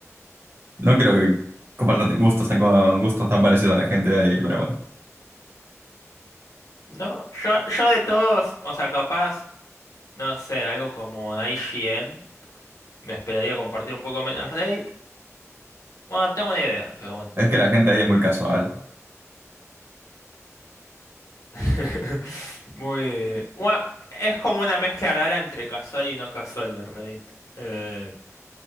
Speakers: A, on the right; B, on the left.
A: no creo que compartan gustos tan, con gustos tan parecidos a la gente ahí, pero bueno.
B: ¿no? Yo, yo de todos, o sea, capaz, no sé, algo como I G N me esperaría compartir un poco menos Reddit. Bueno, tengo una idea, pero bueno.
A: Es que la gente ahí es muy casual.
B: <laughs> Muy. Bueno, es como una mezcla rara entre casual y no casual, de Reddit. Eh,